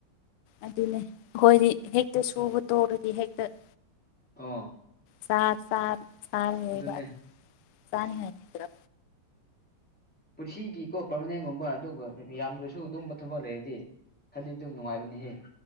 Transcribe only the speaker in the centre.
ꯑꯥ
ꯑꯗꯨꯅꯦ
ꯄꯨꯟꯁꯤꯒꯤꯀꯣ ꯄꯔꯃꯅꯦꯟꯒꯨꯝꯕ ꯑꯗꯨꯒ ꯌꯥꯝꯗ꯭ꯔꯁꯨ ꯑꯗꯨꯝꯕ ꯊꯕꯛ ꯂꯩꯔꯗꯤ ꯈꯗꯤ ꯑꯗꯨꯝ ꯅꯨꯡꯉꯥꯏꯕꯅꯤꯍꯦ